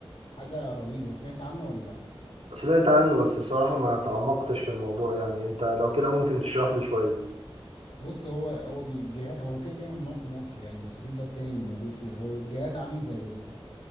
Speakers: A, on the left; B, on the right.
A: حاجه رهيبه سمعت عنه ولا
B: سمعت عنه بس بصراحة ما تعمقتش في الموضوع يعني انت لو كده ممكن تشرح لي شوية
A: بص هو هو بي- جهاز هو كده كده ممنوع في مصر يعني بس في بلاد تاني موجود فيها هو جهاز عامل زي